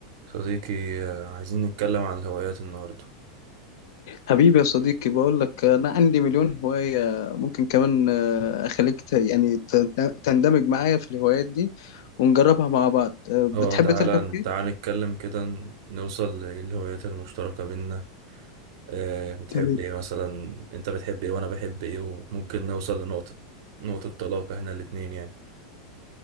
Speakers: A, on the right; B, on the left.
A: صديقي آه، عايزين نتكلم عن الهوايات النهاردة
B: حبيبي يا صديقي بقول لك انا عندي مليون هواية ممكن كمان آه، اخليك ت- يعني ت- تندمج معايا في الهوايات دي ونجربها مع بعض آه، بتحب
A: اه تعالى
B: تركب خيل؟
A: تعالى نتكلم كده ن- نوصل للهوايات المشتركة بينا آه، بتحب
B: تمام
A: ايه مثلا انت بتحب ايه وانا بحب ايه وممكن نوصل لنقطة نقطة طلاق احنا الاتنين يعني